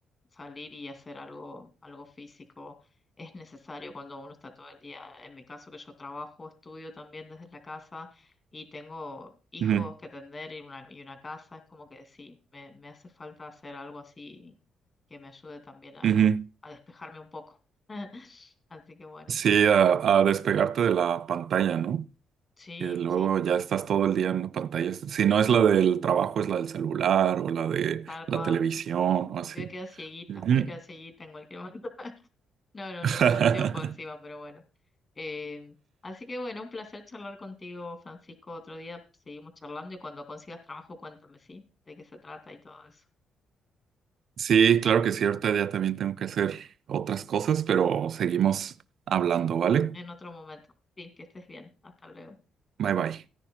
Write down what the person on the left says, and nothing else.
salir y hacer algo, algo físico es necesario cuando uno está todo el día, en mi caso que yo trabajo, estudio también desde la casa y tengo hijos
que atender y una, y una casa, es como que sí, me, me hace falta hacer algo así que me ayude también a,
a despejarme un poco. <laughs> Así que bueno,
sí,
sí,
tal
cual.
Voy a quedar cieguita,
voy a quedar cieguita en cualquier momento. <laughs> No, no,
no uso anteojos encima, pero bueno. Em, así que bueno, un placer charlar contigo, Francisco. Otro día seguimos charlando y cuando consigas trabajo, cuéntame, ¿sí? De qué se trata y todo eso.
En otro momento. Sí, que estés bien. Hasta luego.